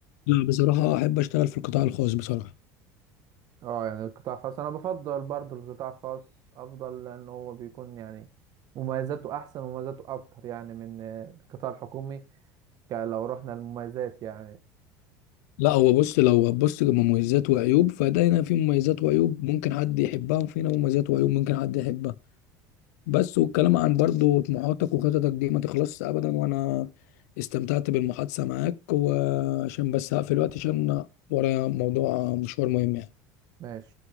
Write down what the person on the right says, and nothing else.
اه يعني القطاع الخاص انا بفضل برضو القطاع الخاص افضل لان هو بيكون يعني مميزاته احسن ومميزاته اكتر يعني من آه، القطاع الحكومي ك- لو رحنا للمميزات يعني
ماشي